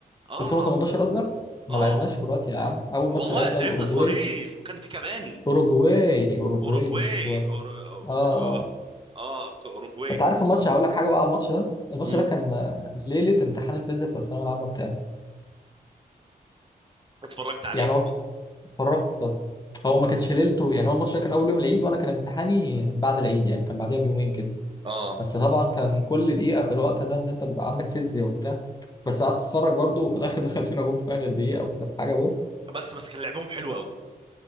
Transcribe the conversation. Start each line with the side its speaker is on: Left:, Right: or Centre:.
Right: اه
Left: 2018 قصدك ما
Right: اه
Left: لعبناش كرواتيا يا عم اول ماتش
Right: والله
Left: لعبنا
Right: لعبنا
Left: الاوروجواي
Right: سواريز وكان في كافاني
Left: اوروجواي اوروجواي
Right: اوروجواي
Left: مش كرواتيا
Right: أورو- أورو-
Left: اه آه.
Right: اه اوروجواي
Left: انت عارف الماتش هقول لك حاجه بقى على الماتش ده الماتش
Right: امم
Left: ده كان آه، ليله امتحان الفيزياء بتاع الثانويه العامه بتاعي
Right: اتفرجت عليه
Left: يعني هو
Right: والله.
Left: اتفرجت طب هو ما كانش ليلته يعني هو الماتش ده كان اول يوم العيد وانا كان امتحاني بعد العيد يعني كان بعديها بيومين كده
Right: اه
Left: بس طبعا كان كل دقيقه في الوقت ده ان انت بيبقى عندك فيزياء وبتاع بس قعدت اتفرج برضه وفي الاخر دخل فينا جول في اخر دقيقه وكانت حاجه بص
Right: بس بس كان لعبهم حلو قوي